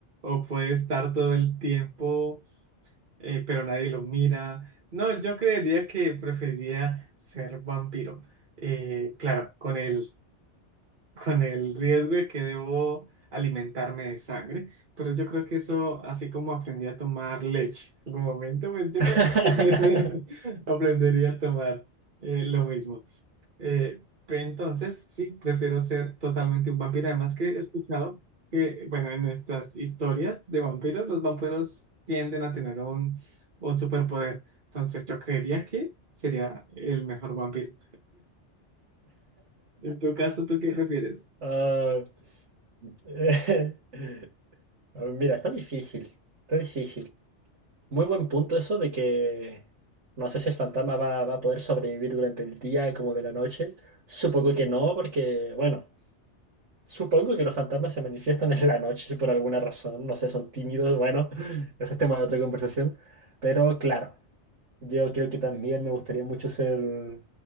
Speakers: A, on the right; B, on the right.
A: o puede estar todo el tiempo eh, pero nadie los mira. No, yo creería que preferiría ser vampiro. Eh, claro, con el, <laughs> con el riesgo de que debo alimentarme de sangre, pero yo creo que eso, así como aprendí a tomar leche en algún momento, pues yo
B: <laughs>
A: creo que <laughs> aprendería a tomar eh, lo mismo. Eh, entonces, sí, prefiero ser totalmente un vampiro. Además que he escuchado que, bueno, en estas historias de vampiros, los vampiros tienden a tener un, un superpoder. Entonces, yo creería que sería el mejor vampiro. En tu caso, ¿tú qué prefieres?
B: Ah, Eh, <laughs> A ver, Mira, está difícil, está difícil. Muy buen punto eso de que no sé si el fantasma va, va a poder sobrevivir durante el día como de la noche. Supongo que no, porque, bueno, supongo que los fantasmas se manifiestan en la noche por alguna razón. No sé, son tímidos, bueno, <laughs> eso es tema de otra conversación. Pero claro. Yo creo que también me gustaría mucho ser un